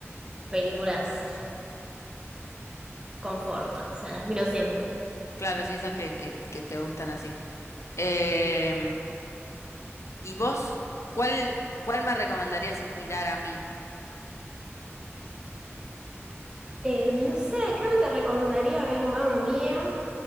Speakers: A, on the right; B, on the left.
A: películas confort, o sea, las miro siempre.
B: claro, sí, esas que, que, que te gustan así. Em, ¿y vos cuál, cuál me recomendarías mirar a mí?
A: Eh, no sé, creo que te recomendaría ver Mamma Mía,